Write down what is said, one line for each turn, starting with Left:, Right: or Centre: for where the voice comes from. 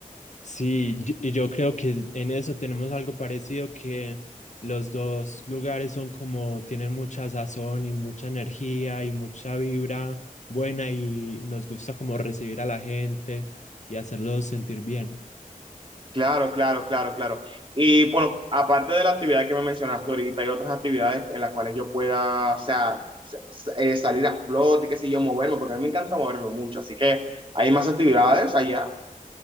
Left: Sí, y y yo creo que en eso tenemos algo parecido que los dos lugares son como tienen mucha sazón y mucha energía y mucha vibra buena y nos gusta como recibir a la gente y hacerlos sentir bien.
Right: Claro, claro, claro, claro. Y bueno, aparte de la actividad que me mencionaste ahorita, hay otras actividades en las cuales yo pueda, o sea, sa- sa- eh, salir a flote, qué sé yo, moverme, porque a mí me encanta moverme mucho. Así que hay más actividades allá.